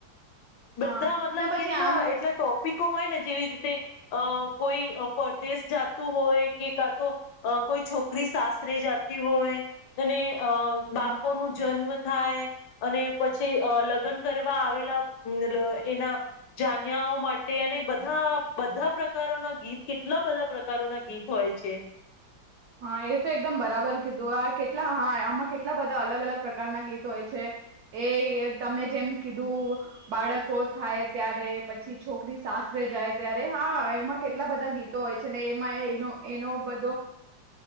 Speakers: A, on the left; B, on the right.
A: બધા
B: હા
A: મતલબ
B: ને પછી
A: કેટલા
B: આમ
A: એટલા ટોપિક હોય ને જેવી રીતે અ કોઈ પરદેશ જતું હોય કે કા તો કોઈ છોકરી સાસરે જાતી હોય અને અ બાળકો
B: હા
A: નું જન્મ થાય અને પછી લગ્ન કરવા આવેલા એના જાન્યાઓ માટે અને બધા બધા પ્રકારોના ગીત કેટલા બધા પ્રકારોના ગીત હોય છે.
B: હા એ તો એકદમ બરાબર કીધું આ કેટલા હા આમાં કેટલા બધા અલગ અલગ પ્રકારના ગીતો હોય છે એ તમે જેમ કીધું બાળકો થાય ત્યારે પછી છોકરી સાસરે જાય ત્યારે હા એમાં કેટલા બધા ગીતો હોય છે ને એમાં એનો એનો બધો